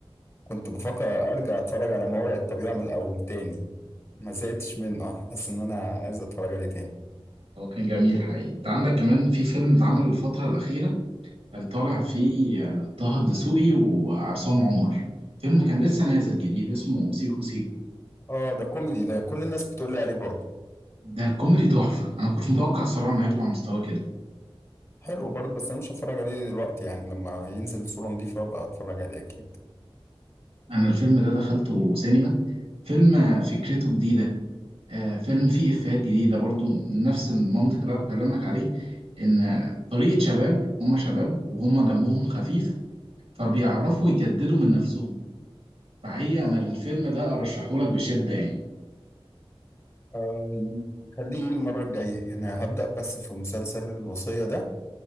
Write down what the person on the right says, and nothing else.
هو كان جميل حقيقي انت عندك كمان في فيلم اتعمل الفتره الاخيره كان طالع فيه آه، طه الدسوقي وعصام عمر فيلم كان لسه نازل جديد اسمه سيكو سيكو
ده كوميدي تحفة أنا ما كنتش متوقع الصراحة إنه هيطلع مستوى كده
أنا الفيلم ده دخلته سينما فيلم آه، فكرته جديدة آه، فيلم فيه إفيهات جديدة برضو من نفس المنطق اللي أنا بكلمك عليه إن آه، طريقة شباب هما شباب وهما دمهم خفيف فبيعرفوا يجددوا من نفسهم فحقيقة
أنا الفيلم ده أرشحهولك بشدة يعني